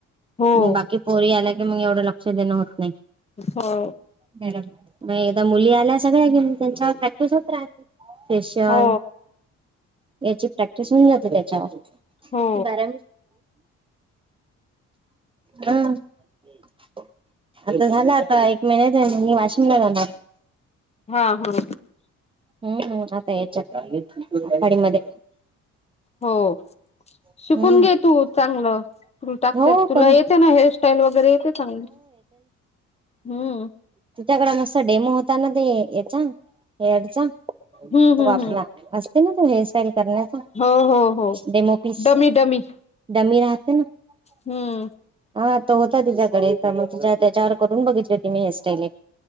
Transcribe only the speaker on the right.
मंग बाकी पोरी आल्या की अजून एवढं लक्ष देणं होत नाही.
ब मग एकदा मुली आल्या सगळ्या की त्यांच्यावर प्रॅक्टिस होत राहते <unintelligible> फेशल
याची प्रॅक्टिस होऊन जाते त्याच्यावर
बारा अ <unintelligible> आता झालं आता एक महिन्याच मी वाशिमला जाणार.
हम्म हम् आता याच्यात खडी मध्ये
हम्म
हो
करू
तुच्याकडे मस्त डेमो होता ना ते याचा हेअरचा तो
वापरा
असते ना ते हेअर स्टाइल करूया का
demo piece
dummy राहते ना <unintelligible>
हा तो होता तिच्याकडे तर मग तिच्या त्याच्यावर करून बघितली तिने हेअरस्टाईली.